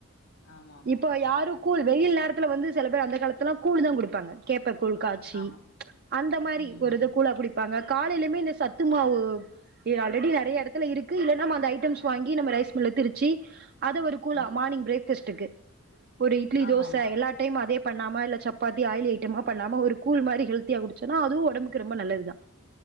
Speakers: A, on the left; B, on the right.
A: ஆமாமா.
B: இப்போ
A: ஆமா.
B: எ யாரு கூழ் வெயில் நேரத்துல வந்து சில பேர் அந்த காலத்துலா கூழ்தா குடுப்பாங்க கேப்ப கூழ் கா ச்சி
A: ஆமா.
B: அந்த மாறி
A: ம்.
B: ஒரு இது கூழா‌ குடிப் பாங்க காலைலிமே இந்த சத்து மாவு இது ஆல்ரெடி நெறையா எடத்துல இருக் க்கு இல்லனா‌ அந்த ஐட்டம்ஸ் கீ கு இல்ல நம்மோ அந்த ஐட்டம்ஸ் வாங்கி நம்ம‌ ரைஸ் மில்ல திரிச்சி அத‌ ஒரு கூழா
A: ம்.
B: மார்னிங் பிரேக்கஸ்ட்டுக்கு ஒரு இட்லி தோச
A: ஆமாமா.
B: எல்லா டைமு அதே பண்ணாம இல்ல சப்பாத்தி ஆயில் ஐட்டமா பண்ணாம ஒரு கூழ் மாறி ஹெல்த்தியா குடிச்சோனா அதூ ஒடம்புக்கு ரொம்ப நல்லதுதா